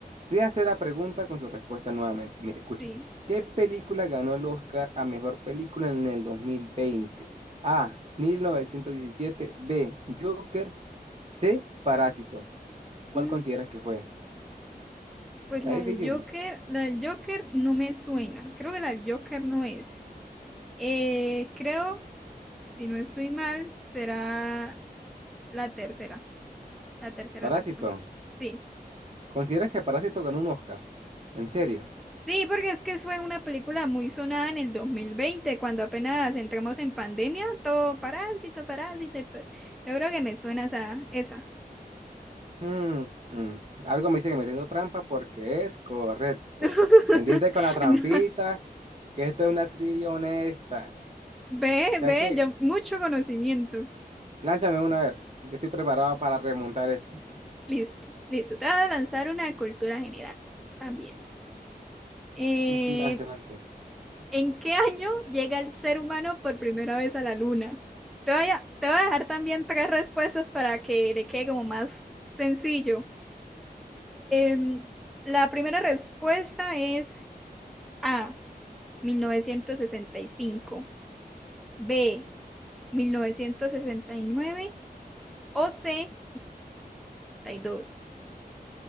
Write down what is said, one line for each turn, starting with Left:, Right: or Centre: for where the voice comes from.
Right: Te voy a hacer la pregunta con su respuesta nuevamente. Mire, escucha.
Centre: Sí.
Right: ¿Qué película ganó el Oscar a mejor película en el 2020? A. mil novecientos diecisiete, B. Joker. C. Parásito. ¿Cuál
Centre: Mm,
Right: consideras que fue?
Centre: pues
Right: Está
Centre: la
Right: difícil.
Centre: del Joker, la del Joker no me suena. Creo que la del Joker no es. Eh, creo, si no estoy mal, será la tercera, la tercera
Right: Parásito.
Centre: respuesta. Sí.
Right: ¿Consideras que Parásito ganó un Oscar? ¿En serio?
Centre: S- Sí, porque es que fue una película muy sonada en el 2020, cuando apenas entramos en pandemia, todo parásito, parásito. y pues, Yo creo que me suena esa, esa.
Right: Mm, mm. Algo me dice que me tengo trampa porque es correcto.
Centre: <laughs>
Right: Pendiente con la trampita,
Centre: No.
Right: que esto es una trivia honesta.
Centre: Ve,
Right: O sea
Centre: ve,
Right: que,
Centre: ya mucho conocimiento.
Right: lánzame una a ver. Yo estoy preparado para remontar esto.
Centre: Listo, listo. Te voy a lanzar una de cultura general también. Eh,
Right: Sí, sí, lance, lance.
Centre: ¿en qué año llega el ser humano por primera vez a la luna? Te voy a, te voy a dejar también tres respuestas para que le quede como más sencillo. Em, la primera respuesta es A, 1965. B, 1969. OC dos,